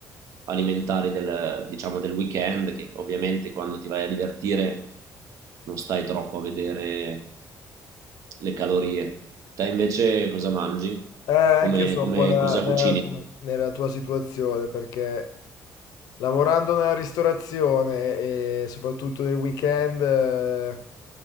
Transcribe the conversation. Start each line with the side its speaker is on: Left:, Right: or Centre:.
Right: alimentari del, diciamo, del weekend, che ovviamente quando ti vai a divertire non stai troppo a vedere le calorie. Te invece cosa mangi?
Left: Eh, anche
Right: Come,
Left: io sono
Right: come
Left: un po' nella,
Right: cosa
Left: nella-
Right: cucini?
Left: nella tua situazione perché lavorando nella ristorazione e soprattutto nel weekend, eh,